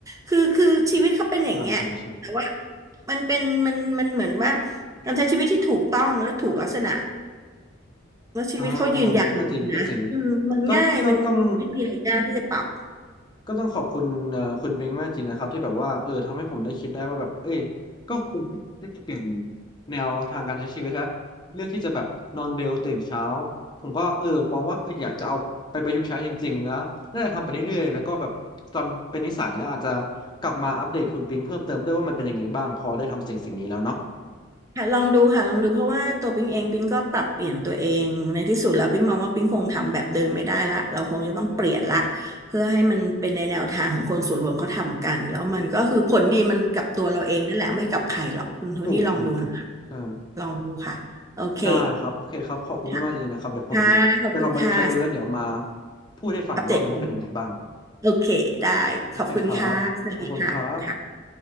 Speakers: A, on the right; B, on the left.
A: คือคือชีวิตเขาเป็นอย่างเงี้ยแต่ว่า
B: ใช่ใช่ใช่
A: มันเป็นมันมันเหมือนว่าการใช้ชีวิตที่ถูกต้องและถูกลักษณะแล้วชีวิตเขายืนยาวจริงๆนะอืมมันง่ายมันไม่มีอะไรยากที่จะปรับ
B: อ่าก็จริงก็จริงก็ก็ต้องก็ต้องขอบคุณเอ่อคุณบิงมากจริงนะครับที่แบบว่าเออทำให้ผมได้คิดได้ว่าแบบเอ้ยก็ควรที่จะเปลี่ยนแนวทางการใช้ชีวิตแล้วเลือกที่จะแบบนอนเร็วตื่นเช้าผมก็เออมองว่าเอออยากจะเอาไปประยุกต์ใช้จริงๆนะน่าจะทำไปเรื่อยๆแล้วก็แบบตอนเป็นนิสัยแล้วอาจจะกลับมาอัปเดตคุณปิงเพิ่มเติมด้วยว่ามันเป็นยังไงบ้างพอได้ทำสิ่งสิ่งนี้แล้วเนาะ
A: ค่ะลองดูค่ะลองดูเพราะว่าตัวปิ๊งเองปิ๊งก็ปรับเปลี่ยนตัวเองในที่สุดแล้วปิ๊งมองว่าปิ๊งคงทำแบบเดิมไม่ได้ละเราคงจะต้องเปลี่ยนละเพื่อให้มันเป็นในแนวทางของคนส่วนรวมเขาทำกันแล้วมันก็คือผลดีมันกับตัวเราเองนั่นแหละไม่กับใครหรอกคุณโทนี่ลองดูนะคะ
B: ถูกถูกถูกใช่
A: ลองดูค่ะโอเค
B: ได้ครับโอเคครับขอบคุณมากๆจริงๆนะครับเดี๋ยวผมไปลองประยุกต์ใช้ดูแล้วเดี๋ยวมา
A: ค่ะค่ะขอบคุณค่ะ
B: พูดให้ฟังอีกรอบหนึงว่าเป็นยังไงบ้าง
A: อัปเดตกันโอเคได้ขอบคุณค่ะสวัสดีค่ะค่ะ
B: โอเคครับขอบคุณครับ